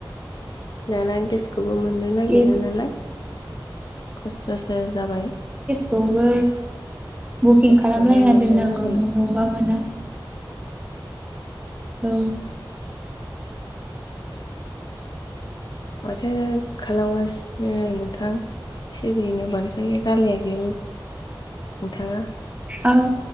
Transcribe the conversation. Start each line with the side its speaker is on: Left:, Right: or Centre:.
Left: दाना गेसखौबो मोननो नागिरला
Right: गेस
Left: नालाय। खस्थसो जाबाय।
Right: खौबो बुकिं
Left: गेसखौनो
Right: खालामलायना
Left: मोननो
Right: दोननांगौनो
Left: नागिरला
Right: न'बा मोना। औ
Left: माथो खालामगासिनो नोंथां? सिरिनो बानद्राय रालाययाखैनो नोंथाङा?
Right: आं